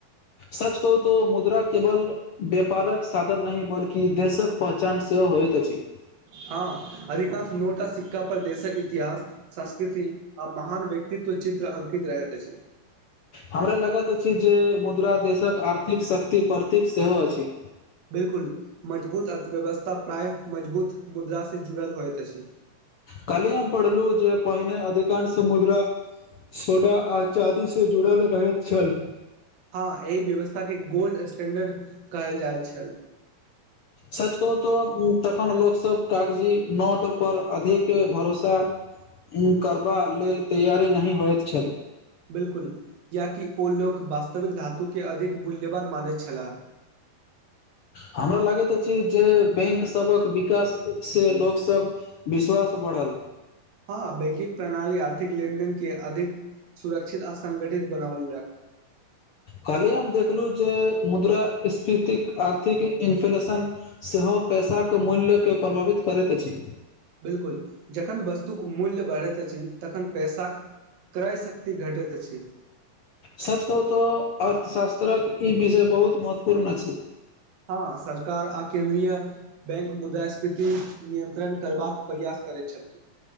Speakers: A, on the left; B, on the right.
A: सच कहू तो मुद्रा केवल बेपारक साधन नहि बल्कि देशक पहचान सेहो होइत अछि
B: हँ अधिकांश नोटा सिक्का पर देशक इतिहास संस्कृति आ महान व्यक्तित्व चित्र अंकित रहैत अछि
A: हमरा लगत अछि जे मुद्रा देशक आर्थिक शक्ति परतिक सेहो अछि
B: बिल्कुल मजबूत अर्थव्यवस्था प्रायः मजबूत मुद्रा से जुड़ल होइत अछि
A: काली हम पढ़लु जे पहिने अधिकांश मुद्रा सोडा आ चादीस जुड़ल रहैत छल
B: हँ एहि व्यवस्था के गोल्ड स्टैंडर्ड कहल जाइत छल
A: सच कहू तो तखन लोकसब कागजी नोट पर अधिक भरोसा करबा लेल तैयरी नहि होइत छल
B: बिल्कुल कियाकी ओ लोक वास्तविक धातुके अधिक मूल्यवान मानैत छलाह
A: हमरा लागैत अछि जे बैंक सभक विकास से लोकसभ विश्वास बढ़ल
B: हँ बैंकिंग प्रणाली आर्थिक लेनदेन के अधिक सुरक्षित आ संगठित बनौलक
A: कलियै हम देखलु जे मुद्रा सफीतिक आर्थिक इन्फ्लेशन सेहो पैसाक मूल्यके प्रभावित करैत अछि
B: बिल्कुल जखन वस्तुक मूल्य बढ़ैत अछि तखन पैसाक क्राय शक्ति घटैत अछि
A: सच कहू त अर्थशास्त्रक ई बिषय बहुत महत्वपूर्ण अछि
B: हँ सरकार आ केन्द्रीय बैंक मुदा स्फीति नियंत्रण करबाक प्रयास करै छथि